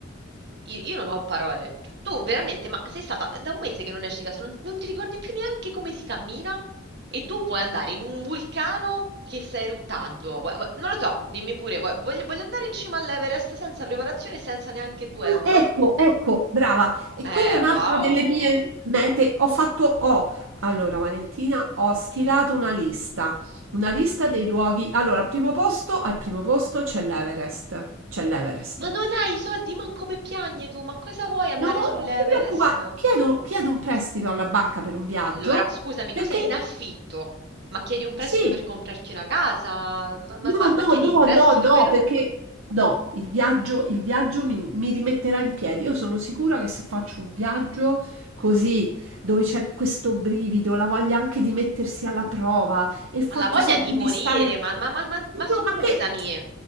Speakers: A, on the right (about 55°); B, on the right (about 75°).
A: Io, io non ho parole. Cioè, Tu veramente, ma sei stata da un mese che non esci di casa, non, non ti ricordi più neanche come si cammina? E tu vuoi andare in un vulcano che sta eruttando? Vuoi- vuoi- Non lo so, dimmi pure, vuoi- voglio, voglio andare in cima all'Everest senza preparazione e senza neanche 2 euro?
B: ecco, ecco, brava, e
A: Eh,
B: quella è un'altra
A: wow!
B: delle mie mete. Ho fatto, ho, allora Valentina, ho stilato
A: Eh,
B: una lista, una lista dei luoghi. Allora, al primo posto, al primo posto c'è l'Everest, c'è l'Everest.
A: Ma non hai i soldi manco per piagne tu, ma cosa vuoi andare
B: No,
A: sull'Everest?
B: non ti preoccupare, chiedo, chiedo un prestito alla banca per un viaggio,
A: Allora, scusami,
B: perché
A: tu sei in affitto, ma chiedi un prestito
B: sì,
A: per comprarti una casa? Ma, ma-
B: No,
A: ma- ma
B: no,
A: chiedi
B: no,
A: il prestito
B: no, no,
A: per...
B: perché no, il viaggio, il viaggio mi, mi rimetterà in piedi. Io sono sicura che se faccio un viaggio così, dove c'è questo brivido, la voglia anche di mettersi alla prova e il fatto
A: Ma la voglia
B: sempre
A: di morire,
B: di stare...
A: ma, ma- ma- ma- ma scusami!
B: No, ma che...